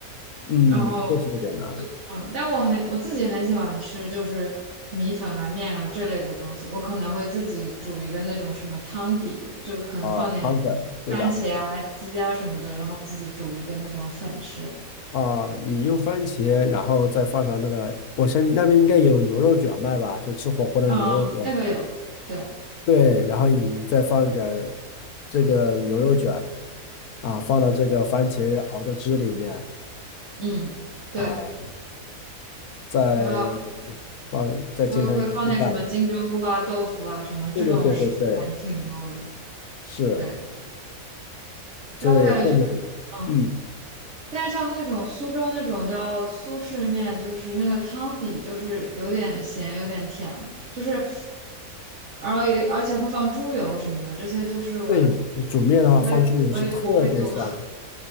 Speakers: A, on the left; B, on the right.
A: 嗯，
B: 然后。
A: 这是不简单
B: 嗯，但我很我自己很喜欢吃，就是米粉啊、面啊这类的东西。我可能会自己煮一个那种什么汤底，就可能放点
A: 啊，汤粉对吧？
B: 番茄啊、鸡啊什么的，然后自己煮一个那种粉吃。
A: 啊，你用番茄，然后再放上那个，我相信那边应该有牛肉卷卖吧，就吃火锅的牛肉卷。
B: 嗯，那个有，对，
A: 对，然后你再放一点儿这个牛肉卷啊，放到这个番茄熬的汁里面
B: 嗯，对，
A: 啊，再
B: 然后
A: 放再煎上一个鸡蛋。
B: 会会放点什么金针菇啊、豆腐啊什么这种食材还是挺多的。
A: 对对对对对，是，
B: 对，但我感觉就是，
A: 这个也特别，
B: 嗯。
A: 嗯，
B: 但像那种苏州那种叫苏式面，就是那个汤底就是有点咸，有点甜，就是而而且会放猪油什么的，这些就是我
A: 对，煮面的话放猪油是特别香
B: 我也我也不会做，